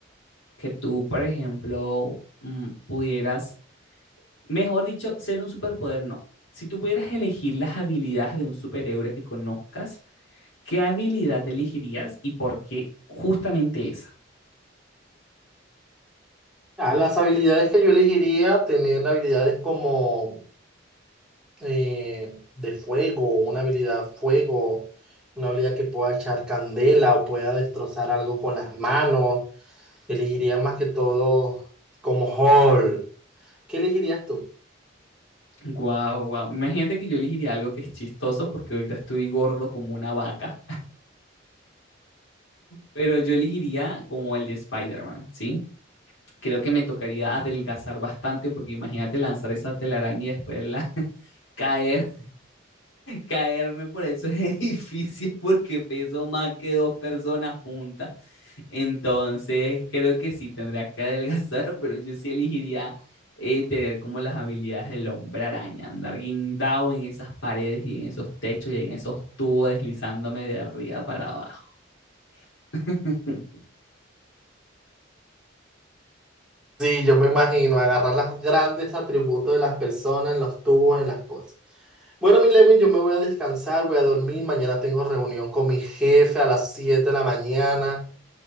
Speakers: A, on the left; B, in the centre.
A: que tú, por ejemplo, mm, pudieras, mejor dicho, ser un superpoder, no. Si tú pudieras elegir las habilidades de un superhéroe que conozcas, ¿qué habilidad elegirías y por qué justamente esa?
B: Ah, las habilidades que yo elegiría, tener habilidades como eh, de fuego, una habilidad fuego, una habilidad que pueda echar candela o pueda destrozar algo con las manos. Elegiría más que todo como Hall. ¿Qué elegirías tú?
A: Guau, guau. Imagínate que yo elegiría algo que es chistoso porque ahorita estoy gordo como una vaca, pero yo elegiría como el de Spider-Man, ¿sí? creo que me tocaría adelgazar bastante porque imagínate lanzar esa telaraña y después la, <laughs> caer, caerme por esos <laughs> edificios porque peso más que dos personas juntas. Entonces creo que sí tendría que adelgazar, <laughs> pero yo sí elegiría eh, tener como las habilidades del hombre araña, andar guindado en esas paredes y en esos techos y en esos tubos deslizándome de arriba para abajo. <laughs>
B: Sí, yo me imagino agarrar los grandes atributos de las personas, en los tubos, en las cosas. Bueno, mi Levin, yo me voy a descansar, voy a dormir. Mañana tengo reunión con mi jefe a las 7 de la mañana